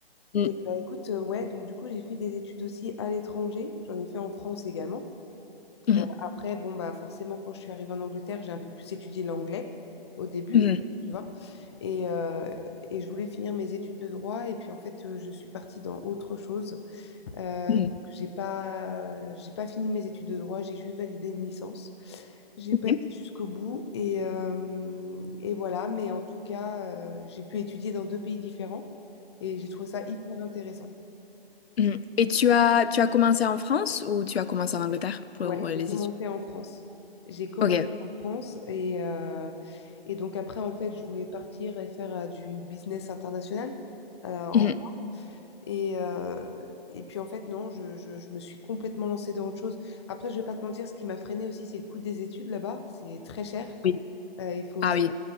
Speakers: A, on the left; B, on the left.
A: Mm,
B: Et bah écoute, euh, ouais, donc du coup, j'ai fait des études aussi à l'étranger. J'en ai fait en France également.
A: mhm,
B: Euh, après, bon, bah, forcément, quand je suis arrivée en Angleterre, j'ai un peu plus étudié l'anglais au début,
A: mhm,
B: tu vois. Et, euh, et je voulais finir mes études de droit, et puis en fait, euh, je suis partie dans autre chose. Euh,
A: mhm.
B: donc, j'ai pas, j'ai pas fini mes études de droit, j'ai juste validé une licence. J'ai
A: Ok.
B: pas été jusqu'au bout, et, euh, et voilà. Mais en tout cas, euh, j'ai pu étudier dans deux pays différents, et j'ai trouvé ça hyper intéressant.
A: Mhm. Et tu as, tu as commencé en France ou tu as commencé en Angleterre pour
B: Ouais,
A: les
B: j'ai commencé
A: études?
B: en France. J'ai commencé
A: Ok.
B: en France et, euh, Et donc après, en fait, je voulais partir et faire euh, du business international. euh, en-
A: Mhm.
B: et, euh, et puis en fait, non, je, je- je me suis complètement lancée dans autre chose. Après, je vais pas te mentir, ce qui m'a freinée aussi, c'est le coût des études là-bas. C'est très cher.
A: Oui.
B: Euh, il faut,
A: Ah
B: savoir,
A: oui.